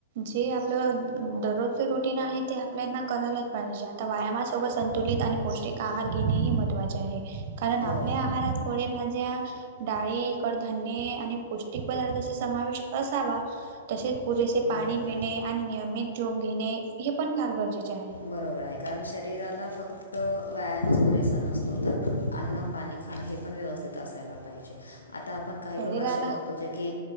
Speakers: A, on the right (about 50°); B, on the left (about 80°).
A: जे आपलं दररोजचं रुटीन आहे ते आपल्याना करायलाच पाहिजे. त्या व्यायामासोबत संतुलित आणि पौष्टिक आहार घेणेही महत्त्वाचे आहे कारण
B: हो
A: आपल्या आहारात फळेभाज्या डाळी, कडधान्य आणि पौष्टिक पदार्थाचा समावेश असावा. तसेच पुरेसे
B: बरोबर
A: पाणी पिणे
B: आहे
A: आणि नियमित झोप घेणे हे पण फार गरजेचे आहे.
B: बरोबर आहे कारण शरीराला फक्त क्त व्यायामच पुरेसा नसतो तर अन्न, पाणी, खाणं हे पण व्यवस्थित असायला पाहिजे. आता आपण काही
A: शरीराला
B: लोक असे बघतो जे की